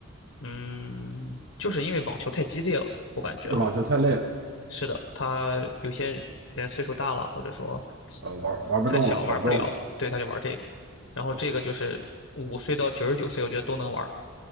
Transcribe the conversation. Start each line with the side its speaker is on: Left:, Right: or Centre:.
Left: 嗯，就是因为网球太激烈了，我感觉啊，
Right: 对，网球太累了，
Left: 是的，他有些人岁数大了，或者说
Right: 呃，玩玩不动了，
Left: 太小玩不了，
Right: 跑不动了。
Left: 对，他就玩这个，然后这个就是五岁到九十九岁，
Right: OK，
Left: 我觉得都能玩儿，